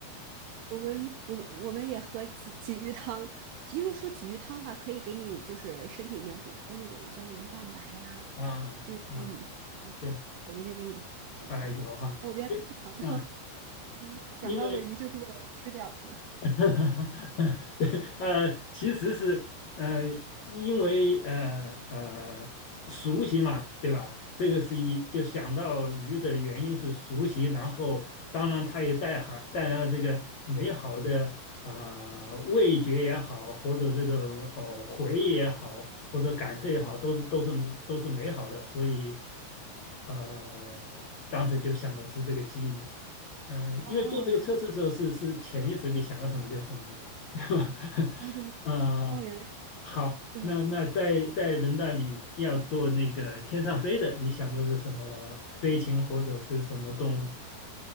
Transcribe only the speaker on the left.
啊啊，
对，
啊有哈，
就啊，
因为 <laughs> 对，呃，其实是呃，因为呃呃熟悉嘛，对吧？这个是一就想到鱼的原因是熟悉，然后当然它也带含带来了这个美好的啊、呃味觉也好，或者这种呃回忆也好，或者感受也好，都是都是都是美好的，所以呃当时就想的是这个机遇。嗯，呃因为做这个测试的时候是是潜意识你想到什么就是什么嘛，
对吧？<laughs>
啊、
好，
那那在在轮到你要做那个天上飞的，你想的是什么飞禽或者是什么动物？